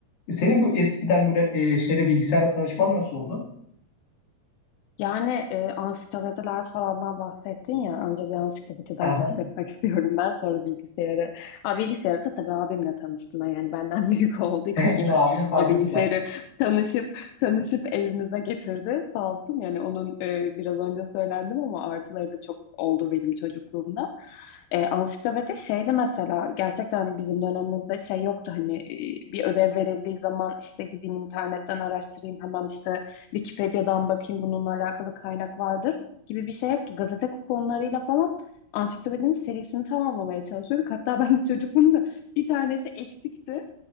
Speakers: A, on the left (about 55°); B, on the left (about 80°).
A: senin bu eskiden böyle e, şeyle bilgisayarla tanışman nasıl oldu?
B: Yani e, ansiklopediler falandan bahsettin ya. Önce bir ansiklopediden
A: Hı hı.
B: bahsetmek <laughs> istiyorum ben. Sonra bilgisayarı. Aa, bilgisayarı da tabii abimle tanıştım. Yani benden <laughs> büyük olduğu için
A: <laughs>
B: ilk
A: Yine abinin faydası
B: o bilgisayarı
A: var.
B: tanışıp tanışıp evimize getirdi. Sağ olsun yani onun e, biraz önce söylendim ama artıları da çok oldu benim çocukluğumda. E, ansiklopedi şeydi mesela gerçekten bizim dönemimizde şey yoktu hani e, bir ödev verildiği zaman işte gideyim internetten araştırayım hemen işte Wikipedia'dan bakayım bununla alakalı kaynak vardır gibi bir şey yoktu. Gazete kuponlarıyla falan ansiklopedinin serisini tamamlamaya çalışıyorduk. Hatta ben çocukluğumda bir tanesi eksikti.